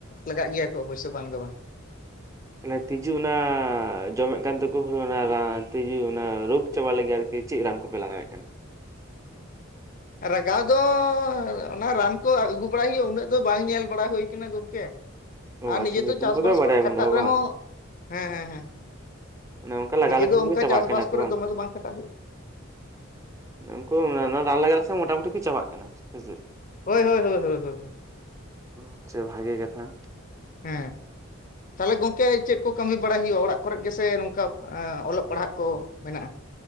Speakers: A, on the left (about 40°); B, on the right (about 15°).
A: ᱞᱟᱜᱟᱜ ᱜᱮᱭᱟ ᱠᱚ ᱚᱵᱚᱥᱥᱳ ᱵᱟᱝ ᱫᱚ ᱵᱟᱝ
B: ᱛᱟᱞᱦᱮ ᱛᱤᱡᱩ ᱚᱱᱟ ᱡᱚᱢᱮᱫ ᱠᱟᱱ ᱫᱚᱠᱚ ᱦᱩᱲᱩ ᱚᱱᱟ ᱨᱟᱱ ᱛᱤᱡᱩ ᱚᱱᱟ ᱨᱳᱜᱽ ᱪᱟᱵᱟ ᱞᱟᱹᱜᱤᱫ ᱟᱨᱠᱤ ᱪᱮᱫ ᱨᱟᱱ ᱠᱚᱯᱮ ᱞᱟᱜᱟᱣᱮᱫ ᱠᱟᱱᱟ
A: ᱨᱟᱜᱟᱣ ᱫᱚ ᱚᱱᱟ ᱨᱟᱱ ᱠᱚ ᱟᱹᱜᱩ ᱵᱟᱲᱟᱭ ᱦᱩᱭᱩᱜᱼᱟ ᱩᱱᱟᱹᱜ ᱫᱚ ᱵᱟᱝ ᱧᱮᱞ ᱵᱟᱲᱟ ᱦᱩᱭᱩᱠᱟᱱᱟ ᱜᱚᱝᱠᱮ
B: ᱚ
A: ᱟᱨ
B: ᱟᱪᱪᱷᱟ
A: ᱱᱤᱡᱮ
B: ᱧᱩᱛᱩᱢ
A: ᱫᱚ ᱪᱟᱥᱼᱵᱟᱥ
B: ᱠᱚᱫᱚ ᱵᱟᱰᱟᱭ
A: ᱠᱚᱨᱮᱜ ᱠᱷᱟᱴᱟᱜ
B: ᱵᱟᱹᱱᱩᱜᱼᱟ
A: ᱨᱮᱦᱚᱸ
B: ᱵᱟᱝ
A: ᱦᱮᱸ ᱦᱮᱸ ᱦᱮᱸ
B: ᱚᱱᱮ ᱚᱱᱠᱟ ᱞᱟᱜᱟᱣ
A: ᱱᱤᱡᱮ
B: ᱞᱮᱠᱷᱟᱱ
A: ᱫᱚ ᱚᱱᱠᱟ
B: ᱜᱮ ᱪᱟᱵᱟᱜ
A: ᱪᱟᱥᱵᱟᱥ
B: ᱠᱟᱱᱟ
A: ᱠᱚᱨᱮ
B: ᱠᱚ
A: ᱫᱚᱢᱮ ᱫᱚ ᱵᱟᱝ ᱠᱷᱟᱴᱟᱜ ᱦᱩᱭᱩᱜᱼᱟ
B: ᱩᱱᱠᱩ ᱨᱟᱱ ᱞᱟᱜᱟᱣ ᱞᱮᱠᱷᱟᱱ ᱢᱚᱴᱟᱢᱩᱴᱤ ᱠᱚ ᱪᱟᱵᱟᱜ ᱠᱟᱱᱟ ᱦᱮᱸᱥᱮ
A: ᱦᱳᱭ ᱦᱳᱭ ᱦᱳᱭ ᱦᱳᱭ ᱦᱳᱭ ᱦᱳᱭ
B: ᱟᱪᱪᱷᱟ ᱵᱷᱟᱜᱮ ᱠᱟᱛᱷᱟ
A: ᱦᱮᱸ ᱛᱟᱦᱚᱞᱮ ᱜᱚᱝᱠᱮ ᱪᱮᱫ ᱠᱚ ᱠᱟᱹᱢᱤ ᱵᱟᱲᱟᱭ ᱦᱩᱭᱩᱜᱼᱟ ᱚᱲᱟᱜ ᱠᱚᱨᱮ ᱜᱮᱥᱮ ᱱᱚᱝᱠᱟ ᱚᱞᱚᱜ ᱯᱟᱲᱦᱟᱜ ᱠᱚ ᱢᱮᱱᱟᱜᱼᱟ